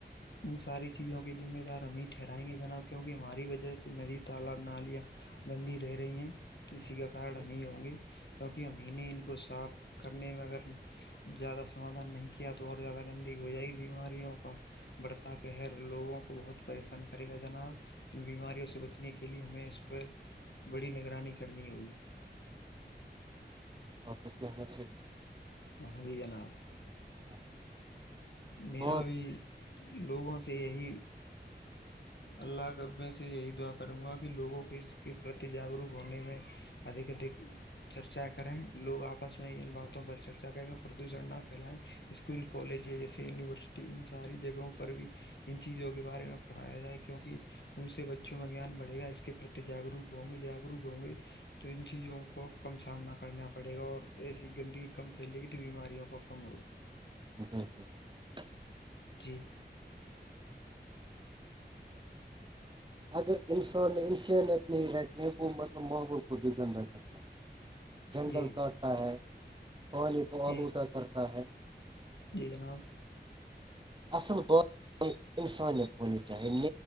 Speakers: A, on the left; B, on the right.
A: ان ساری چیز چیزوں کے ذمہ دار ہم ہی ٹہرائیں گے جناب کیوں کہ ہماری وجہ سے ندی تالاب نالیاں گندی رہ رہی ہیں اسی کا کارن
B: ہے
A: ہم یہ ہوں گے کیونکہ ہم ہی ان کو صاف کرنے میں اگر زیادہ سمادھان نہیں کیا تو اور زیادہ گندی ہو جائے گی بیماریوں بڑتا کے لوگوں کو بہت پریشان کرے گا جناب ان بیماریوں سے بچنے کے لیے ہمیں اس پر بڑی نگرانی کرنی ہوگئی
B: بات تو کہنا صحی ہے
A: ہاں جی جناب
B: ہے
A: میرا
B: بہت
A: بھی لوگوں سے یہی اللہ سے یہی دعا کروں گا کہ لوگوں کو اس کے پرتی جاگروک ہونے میں ادھیک دیھکے چرچا کریں لوگ آپس میں ان باتوں پر چرچا کریں پردوشن نہ پھیلائیں اسکول کالج جیسے یونیورسٹی ان ساری جگہوں پر بھی ان چیزوں کے بارے میں پڑھایا جائے کیونکہ ان سے بچوں میں گیان بڑھے گا اس کے پرتی جاگروک ہوں گے جاگروک ہوں گے تو ان چیزوں کو کم سامنا کرنا پڑے گا اور ایسی گندی کم پھیلے گی تو بیماریاں کم ہوگا
B: <inaudible>
A: جی
B: اگر انسان نے انسانیت نہیں رکھ وہ مطلب ماحول کو بھی گندہ کرتا ہے جنگل
A: جی
B: کاٹتا ہے پانی کو
A: جی
B: آلودہ کرتا ہے
A: جی جناب
B: اصل انسانیت ہونی چاہے